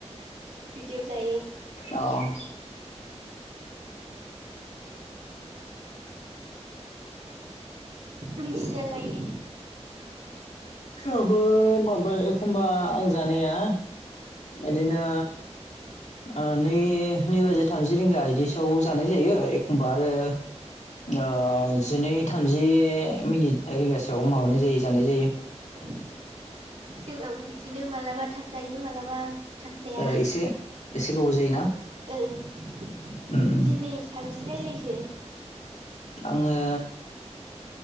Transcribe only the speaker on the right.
बिदियाव जायो।
नोंसिनालाय
औ जोंनाबो बिदिनो मालाबा थाब जायो मालाबा थाब जाया
ओं
दिनै साबैसो रायलायखो?